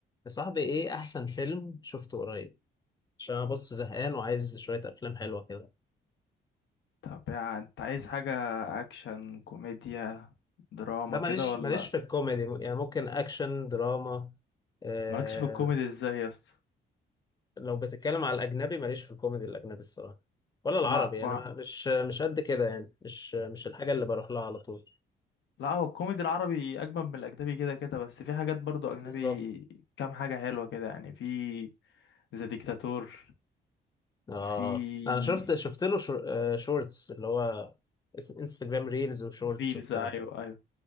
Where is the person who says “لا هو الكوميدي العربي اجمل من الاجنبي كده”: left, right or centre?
Left